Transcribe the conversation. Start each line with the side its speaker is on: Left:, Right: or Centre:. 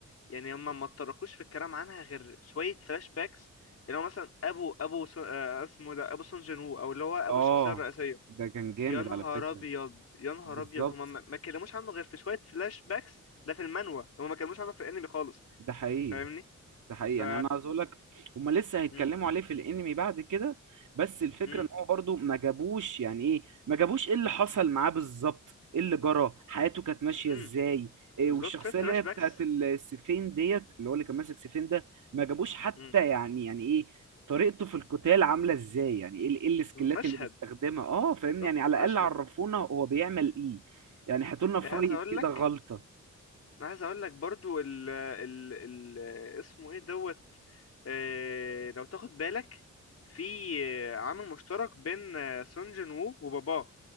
Left: يعني هم ما اتطرقوش في الكلام عنها غير شويه فلاش باكس اللي هو مثلا ابو ابو سون آه، اسمه ده ابو سون جين وو او اللي هو ابو
Right: اه
Left: الشخصيه الرئيسيه
Right: ده كان جامد
Left: يا نهار
Right: على فكرة
Left: ابيض يا نهار
Right: بالظبط
Left: ابيض هم ما ما اتكلموش عنه غير في شويه فلاش باكس ده في المانوا هم ما اتكلموش عنه في الانمي خالص
Right: ده حقيقي
Left: فاهمني
Right: ده حقيقي
Left: ف
Right: يعني انا عايز اقول لك هما لسه هيتكلموا
Left: مم.
Right: عليه في الانمي بعد كده بس الفكره
Left: مم.
Right: ان هو برضو ما جابوش يعني ايه ما جابوش ايه اللي حصل معاه بالظبط ايه اللي جرى حياته كانت ماشيه
Left: مم.
Right: ازاي إيه
Left: بالظبط
Right: والشخصيه
Left: شويه فلاش
Right: اللي هي
Left: باكس
Right: بتاعت السيفين ديت اللي هو اللي كان ماسك سيفين ده ما جابوش حتى
Left: مم.
Right: يعني يعني ايه طريقته في القتال عامله ازاي يعني ايه ال- إيه السكيلات
Left: بز- مشهد
Right: اللي بيستخدمها اه فاهمني
Left: بالظبط
Right: يعني على الاقل
Left: مشهد
Right: عرفونا هو بيعمل ايه يعني هاتولنا فايت
Left: عايز اقول
Right: كده
Left: لك
Right: غلطه
Left: انا عايز اقول لك برضو ال ال ال اسمه ايه دوت آه، لو تاخد بالك في آه، عامل مشترك بين آه، سون جين وو وباباه